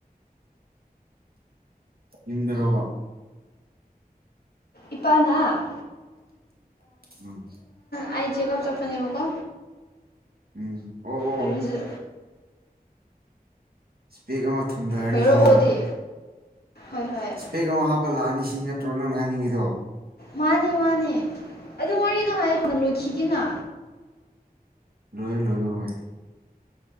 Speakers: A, on the right; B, on the left.
A: ꯏ ꯔꯣꯕ
B: ꯏꯄꯥꯅꯥ
A: ꯎꯝ
B: ꯑ ꯆꯦꯛꯀꯑꯞ ꯆꯄꯅꯦꯕꯀꯣ
A: ꯎꯝ ꯑꯣ ꯑꯣ
B: ꯑꯗꯨꯗꯣꯔꯤꯁꯨ
A: ꯏꯁꯄꯦꯛ ꯑꯃ ꯊꯨꯝꯊꯔꯅꯤ
B: ꯀꯩꯔꯛꯑꯣꯗꯤ
A: ꯁꯤꯅꯦꯕ
B: ꯍꯣꯏ ꯍꯣꯏ
A: ꯏꯁꯄꯦꯛ ꯑꯃ ꯍꯥꯞꯄ ꯂꯥꯛꯑꯅꯤ ꯏꯁꯤꯡ ꯅꯠꯇ꯭ꯔꯣ ꯅꯅ ꯍꯥꯏꯅꯤꯡꯉꯤꯗꯣ
B: ꯃꯥꯅꯦ ꯃꯥꯅꯦ ꯑꯗꯨ ꯋꯥꯔꯤꯗꯣ ꯍꯥꯏ ꯍꯥꯟꯅ ꯂꯣꯏꯈꯤꯒꯅ
A: ꯂꯣꯏ ꯂꯣꯏꯨ ꯍ